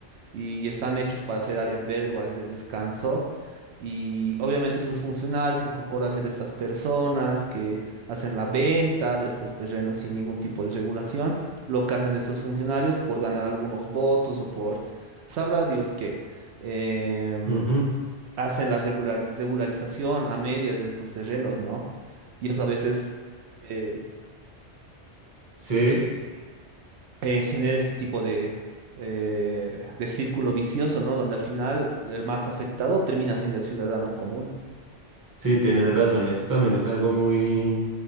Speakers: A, on the right; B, on the right.
A: y están hechos para ser áreas verdes o áreas de descanso. Y obviamente esos funcionarios en concordancia de estas personas que hacen la venta de estos terrenos sin ningún tipo de regulación, lo que hacen esos funcionarios por ganar algunos votos o por, sabrá Dios qué, em,
B: ujú.
A: hacen la regular- regularización a medias de estos terrenos, ¿no? Y eso a veces... eh,
B: Sí,
A: eh, genera este tipo de, eh, de círculo vicioso, ¿no? Donde al final el más afectado termina siendo el ciudadano común.
B: sí, tienes razón. Esto también es algo muy,